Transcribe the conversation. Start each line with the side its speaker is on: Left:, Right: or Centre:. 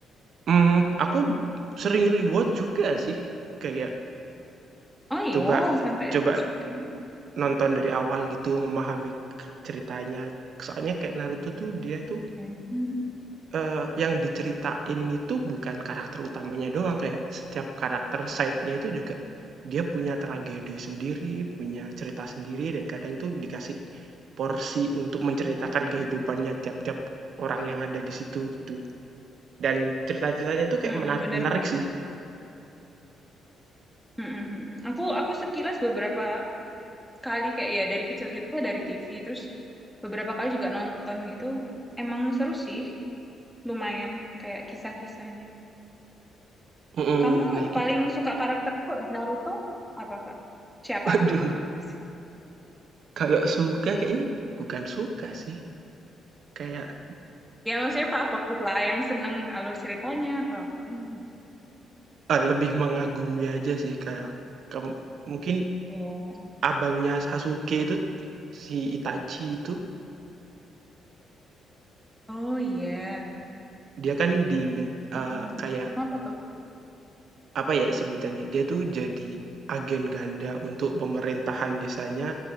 Right: Mmm, aku sering rewatch juga sih, kayak
Centre: Oh iya,
Right: coba
Centre: sampai
Right: coba
Centre: rewatch. Oke.
Right: nonton dari awal gitu memahami k- ceritanya, soalnya kayak Naruto tuh dia tuh
Centre: Hmm,
Right: Eee, yang diceritain itu bukan karakter utamanya doang, kayak setiap karakter side-nya itu juga dia punya tragedi sendiri, punya cerita sendiri, dan kadang itu dikasih porsi untuk menceritakan
Centre: iya.
Right: kehidupannya tiap-tiap orang yang ada di situ, gitu. Dan cerita-ceritanya itu kayak
Centre: Mm-mm,
Right: menarik-menarik
Centre: bener, bener.
Right: sih.
Centre: Mm, mm, mm. Aku aku sekilas beberapa kali kayak ya dari kecil gitu dari TV terus beberapa kali juga nonton gitu. Emang seru sih, lumayan kayak kisah-kisahnya.
Right: Mhm,
Centre: Kamu
Right: nah git
Centre: paling suka karakter kok di Naruto apa Kak? Siapa?
Right: <laughs> waduh,
Centre: Kok apa sih?
Right: kalau suka kayaknya bukan suka sih, kayak,
Centre: Ya maksudnya favorit lah yang seneng alur ceritanya atau apanya gitu.
Right: eee, lebih mengagumi aja sih, kayak kem mungkin
Centre: Oh,
Right: Abangnya Sasuke itu, si Itachi itu,
Centre: Oh iya.
Right: dia kan di
Centre: Mm,
Right: eee,
Centre: mm, mm,
Right: kayak
Centre: mm. apa tuh?
Right: apa ya sebutannya, dia tuh jadi agen ganda untuk pemerintahan desanya